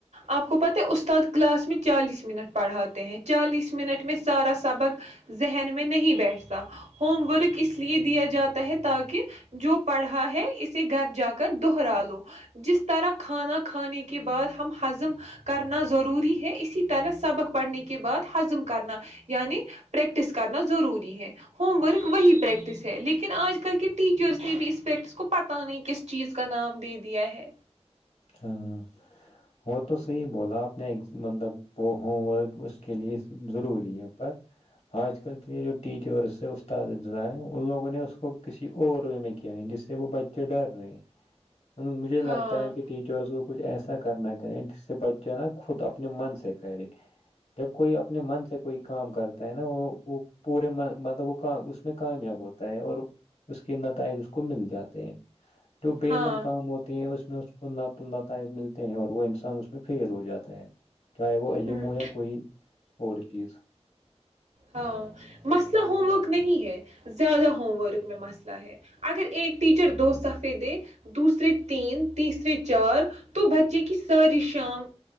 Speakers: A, on the right; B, on the left.
A: آپ کو پتہ ہے استاد کلاس میں چالیس منٹ پڑھاتے ہیں چالیس منٹ میں سارا سبق ذہن میں نہیں بیٹھتا ہوم ورک اس لیے دیا جاتا ہے تاکہ جو پڑھا ہے اسے گھر جا کر دہرا لو جس طرح کھانا کھانے کے بعد ہم ہضم کرنا ضروری ہے اسی طرح سبق پڑھنے کے بعد ہضم کرنا یعنی پریکٹس کرنا ضروری ہے ہوم ورک وہی پریکٹس ہے لیکن آج کل کے ٹیچرس نے بھی اس پریکٹس کو پتہ نہیں کس چیز کا نام دے دیا ہے
B: ہاں وہ تو صحیح بولا آپ نے مطلب وہ ہوم ورک اس کے لیے ضروری ہے پر آج کل کے جو ٹیچرس ہے استادذ ان لوگوں نے اس کو کسی اور وے میں کیا ہے جس سے وہ بچے ڈر رہے ہیں مجھے لگتا
A: ہاں
B: ہے کہ ٹیچرس کو کچھ ایسا کرنا چاہے جس سے ب جو ہے نا خود اپنے من سے کہے جب کوئی اپنے من سے کوئی کام کرتا ہے نا وہ وہ پورے من مطلب وہ کا اس میں کامیاب ہوتا ہے اور اس کے نتائج اس کو مل جاتے ہیں جو بےمن
A: ہاں،
B: کام ہوتے ہیں اس میں میں انت نتائج ملتے ہیں اور وہ انسان اس میں فیل ہو جاتا ہے چاہے وہ علم
A: ہوں،
B: ہو یا کوئی اور چیز
A: ہاں مسئلہ ہوم ورک نہیں ہے زیادہ ہوم ورک میں مسئلہ ہے اگر ایک ٹیچر دو صفحے دے دوسرے تین تیسرے چار تو بچے کی ساری شام